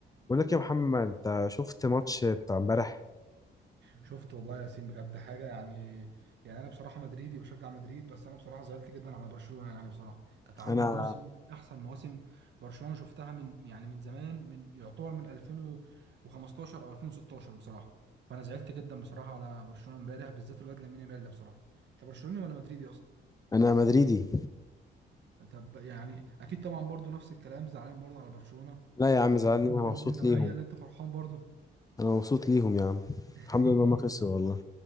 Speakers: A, on the left; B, on the right.
A: بقول لك يا محمد انت شفت ماتش بتاع امبارح
B: شفت والله يا ياسين بجد حاجه يعني يعني انا بصراحه مدريدي بشجع مدريد بس انا بصراحه زعلت جدا على برشلونه يعني بصراحه كانت عامله
A: انا
B: موسم من احسن مواسم برشلونه شفتها من يعني من زمان من يعتبر من 2015 او 2016 بصراحه فانا زعلت جدا بصراحه على برشلونه امبارح بالذات الواد لامين يامال ده بصراحه انت برشلوني ولا مدريدي اصلا
A: انا مدريدي
B: طب يعني اكيد طبعا برضو نفس الكلام زعلان برضو على برشلونه
A: لا يا عم
B: ولا
A: زعلني
B: انت برضو
A: انا مبسوط
B: من من النوعيه
A: ليهم
B: اللي انت فرحان برضو
A: انا مبسوط ليهم يا عم
B: <laughs>
A: الحمد لله ما خسروا والله